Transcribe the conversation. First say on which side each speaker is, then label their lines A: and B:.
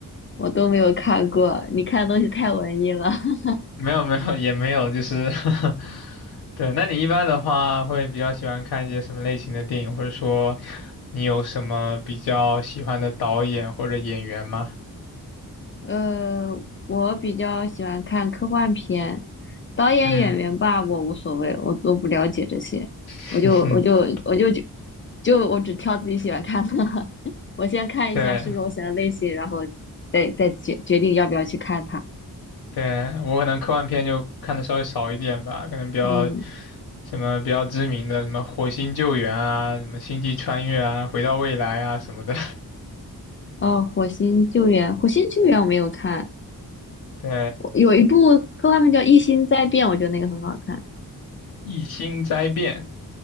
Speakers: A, on the left (about 35°); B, on the left (about 80°).
A: 我都没有看过，你看的东西太文艺了。<laughs>
B: 没有没有也没有，就是 <laughs> 对。那你一般的话会比较喜欢看一些什么类型的电影，或者说你有什么比较喜欢的导演或者演员吗？
A: 呃，我比较喜欢看科幻片，导演演员吧，
B: 嗯，
A: 我无所谓，我都不了解这些，
B: <laughs>
A: 我就我就我就就就我只挑自己喜欢看的，<laughs> 我先看一下是不是我喜欢的类型，
B: 对。
A: 然后再再决决定要不要去看它。
B: 对，我可能科幻片就看的稍微少一点吧，可能比较
A: 嗯，
B: 什么比较知名的，什么火星救援啊，什么星际穿越啊，回到未来啊什么的。
A: 哦，《火星救援》，《火星救援》我没有看，
B: <laughs> 对，
A: 我有一部科幻片叫《异星灾变》，我觉得那个很好看。
B: 异星灾变